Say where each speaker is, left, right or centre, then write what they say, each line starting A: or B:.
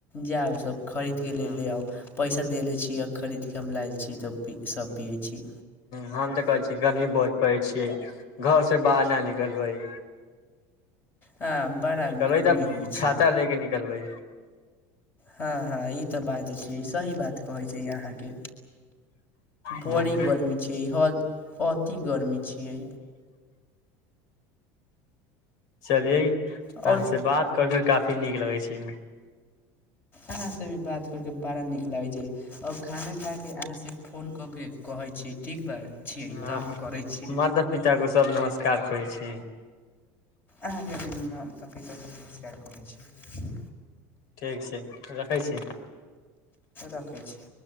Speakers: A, on the left; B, on the left.
A: जाउ सभ खरीद
B: हम
A: के ले ले आउ पैसा दे लै छी आओर खरीदके हम ला लै छी तऽ सब पिए छी।
B: हम तऽ कहै छी गर्मी बहुत पड़ै छी, घर सँ बाहर नहि निकलबई।
A: हँ बड़ा
B: निकलबै
A: गर्मी
B: तऽ
A: होइ
B: छाता
A: छी
B: ले के निकलबई।
A: हँ, हँ, ई तऽ बात छियै, सही बात कहै छै अहाँके। बड़ी
B: ह
A: गर्मी छियैई, ह अति गर्मी छियै।
B: चलियई अहा
A: आओर
B: से बात करके काफी नीक लगे छै।
A: अहा से भी बात करके बड़ा नीक लागै छै, अ खाने खा से अहा से फोन क के कहाई छी, ठीक बा छीयई
B: हँ
A: तब करई छी।
B: माता पिता को सब नमस्कार कहै छी
A: अहाँके भी माता पिता को नमस्कार कहै छी।
B: ठीक छै, रखै छी।
A: रखै छी